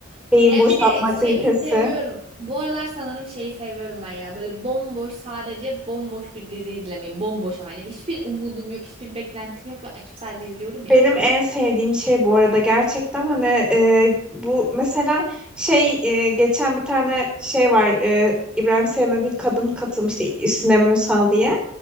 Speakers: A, in the centre; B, on the right.
A: beyin
B: Yani
A: boşaltma
B: bir de şeyi
A: aktivitesi.
B: seviyorum. Bu aralar sanırım şeyi seviyorum ben ya. Böyle bomboş sadece bomboş bir dizi izlemeyi. Bomboş ama yani hiçbir umudum yok, hiçbir beklentim yok ve açıp sadece izliyorum ya.
A: Benim en sevdiğim şey bu arada gerçekten hani e, bu mesela şey e, geçen bir tane şey var e, İbrahim Sayın'a bir kadın katılmıştı Sinem Ünsal diye.